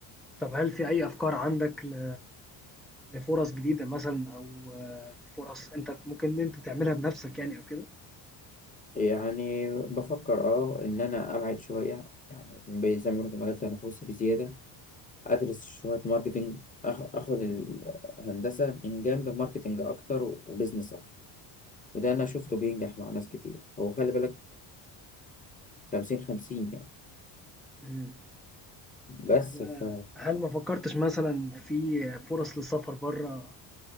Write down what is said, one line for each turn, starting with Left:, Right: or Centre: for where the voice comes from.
Centre: طب هل في أي أفكار عندك ل لفُرَص جديدة مثلًا أو آه، فُرَص أنت ممكن إن أنت تعملها بنفسك يعني أو كده؟
Left: يعني بفكر اه ان انا ابعد شويه يعني زي ما بيقولوا في المجال تنافسي بزياده ادرس شويه ماركتنج أخ- اخد الهندسه من جنب ماركتنج اكتر وبزنس اكتر وده انا شفته بينجح مع ناس كتير هو خلي بالك خمسين خمسين يعني
Centre: إمم.
Left: بس
Centre: ب
Left: ف
Centre: هل ما فكّرتش مثلًا في فرص للسفر برّه،